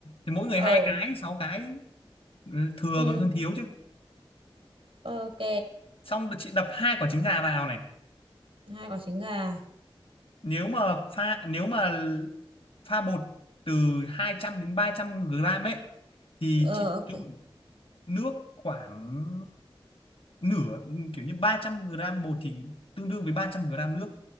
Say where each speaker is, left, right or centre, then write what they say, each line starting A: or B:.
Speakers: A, on the left; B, on the right.
A: thì mỗi người
B: ờ
A: hai cái sáu cái ừ, thừa
B: ừ
A: còn hơn thiếu chứ
B: ok
A: xong chị đập hai quả trứng gà vào này
B: hai quả trứng gà
A: nếu mà pha nếu mà pha bột từ 200 đến 300 gram ấy thì
B: ờ
A: chị
B: ok
A: trộn nước khoảng nửa kiểu như 300 gram bột thì tương đương với 300 gram nước